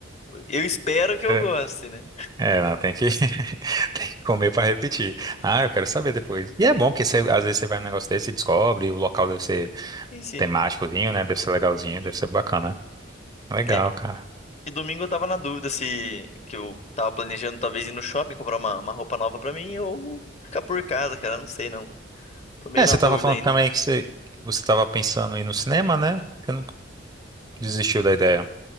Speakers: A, on the left (about 35°); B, on the right (about 20°).
A: Eu espero que eu goste,
B: <laughs> <laughs>
A: né?
B: É, ela tem que, <laughs> tem que comer para repetir. Ah,
A: Sim.
B: eu quero saber depois. E é bom, porque você- às vezes você vai num negócio desse e descobre, o local deve ser
A: Sim, sim.
B: temáticozinho, né? Deve ser legalzinho,
A: Uhum.
B: deve ser bacana. Legal,
A: É,
B: cara.
A: e domingo eu tava na dúvida se que eu tava planejando talvez ir no shopping comprar uma, uma roupa nova pra mim ou ficar por casa, cara. Não sei não. Tô meio
B: É,
A: na
B: você
A: dúvida
B: tava falando
A: ainda.
B: também que você, que você tava pensando em ir no cinema, né? Você não desistiu da ideia.